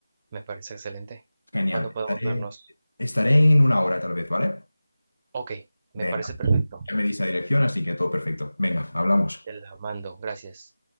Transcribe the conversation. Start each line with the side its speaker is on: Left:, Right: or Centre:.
Right: me parece excelente.
Left: Genial.
Right: ¿Cuándo podemos
Left: Estaré,
Right: vernos?
Left: estaré en una hora tal vez, ¿vale?
Right: Ok, me
Left: Venga,
Right: parece perfecto.
Left: ya me dice la dirección, así que todo perfecto. Venga, hablamos.
Right: Te la mando, gracias.